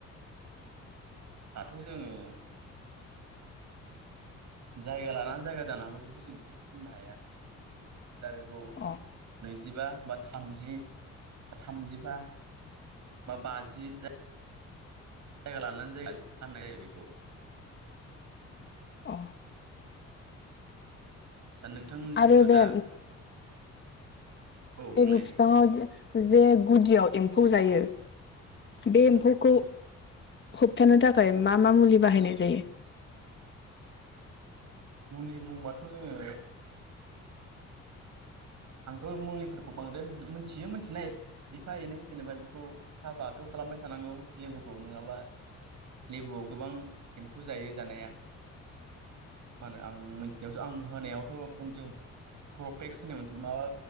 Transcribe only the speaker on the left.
अ
अ
आरो बे
लेबु
बिफांआव जे गुदियाव एम्फौ म्फौ जायो बे एम्फौखौ
होबथानो थाखाय मा मा मुलि बाहायनाय जायो?